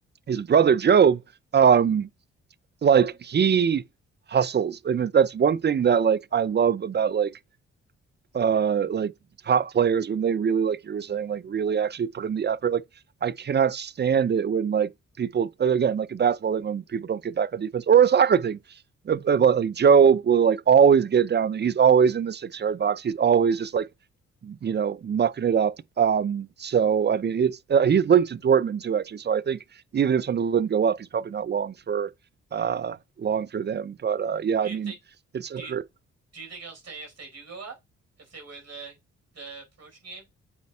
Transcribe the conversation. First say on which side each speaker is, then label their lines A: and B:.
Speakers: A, on the right; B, on the right.
A: his brother Job, um, like he hustles, and that's one thing that like I love about like uh like top players when they really like you were saying like really actually put in the effort like I cannot stand it when like people again like a basketball thing when people don't get back on defense or a soccer thing If- if, like Joe will like always get down there he's always in the six yard box he's always just like you know mucking it up um so I mean it's uh, he's linked to Dortmund too actually so I think even if Sunderland didn't go up he's probably not long for uh long for them but uh yeah
B: Do
A: I
B: you
A: mean
B: think
A: it's a
B: do you
A: hurt
B: do you think he'll stay if they do go up? If they win the the promotion game?